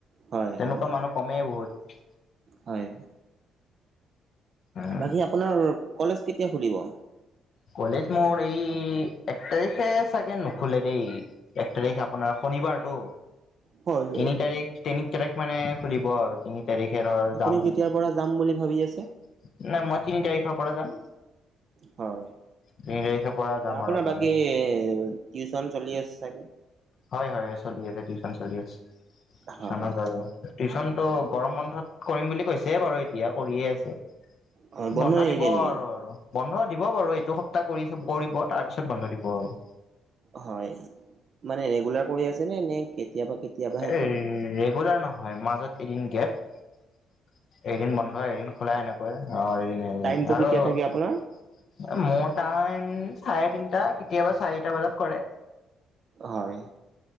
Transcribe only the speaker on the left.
তেনেকুৱা
মানুহ কমেই বহুত।
উম
কলেজ মোৰ এই এক তাৰিখে চাগে নুখোলে দেই। এক তাৰিখ আপোনাৰ শনিবাৰ টো।
তিনি তাৰিখ, তিনি তাৰিখ মানে খুলিব আৰু। তিনি তাৰিখে, ধৰ
যাম।
মানে,
মই তিনি তাৰিখৰ পৰা যাম।
তিনি তাৰিখৰ পৰা যাম
আৰু কলেজ
হয়-হয়, চলি আছে টিউচন চলি আছে। টিউচনত
আৰু টিউচনটো গৰম বন্ধত কৰিম বুলি কৈছে বাৰু এতিয়া কৰিয়ে আছে।
বন্ধ
দিব আৰু।
বন্ধ দিব বাৰু এইটো সপ্তাহ কৰিব কৰিব তাৰ পিছত বন্ধ দিব আৰু।
এ'
ৰেগুলাৰ নহয়, মাজত এদিন গেপ এদিন বন্ধ। বন্ধ এদিন খোলা এনেকৈ। অ,
আৰু
মোৰ টাইম চাৰে তিনটা কেতিয়াবা চাৰিটা বজাত কৰে।